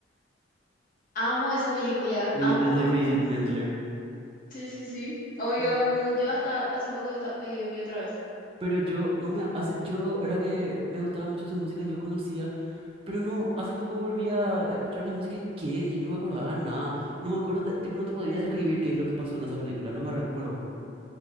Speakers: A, on the left; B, on the right.
A: Amo esa película.
B: el,
A: Amo,
B: el de
A: amo,
B: Bridget
A: amo.
B: Mendler.
A: Sí, sí, sí. Obvio,
B: Mm.
A: boludo. Yo hasta hace poco esta- eh, vi otra vez.
B: Pero yo no me hace, yo era que me gustaba mucho su música, yo conocía, pero no, hace poco volví a escuchar la música y qué, yo no me acordaba nada, no me acuerdo, de- tipo, no te podría describir qué es lo que pasó en esa película, no me recuerdo.